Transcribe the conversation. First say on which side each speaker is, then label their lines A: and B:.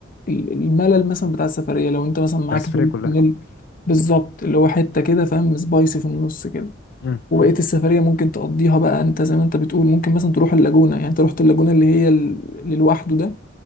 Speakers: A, on the left (about 45°); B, on the left (about 60°).
A: ال- الملل مثلا بتاع السفرية لو انت مثلا معاك
B: بتاع السفريه
A: بيبي
B: كلها
A: ميل بالظبط اللي هو حتة كده فاهم سبايسي في النص كده
B: مم.
A: وبقية
B: مم.
A: السفرية ممكن تقضيها بقى انت زي ما انت بتقول ممكن مثلا تروح اللاجونة يعني انت رحت اللاجونة اللي هي ال- اللي لوحده ده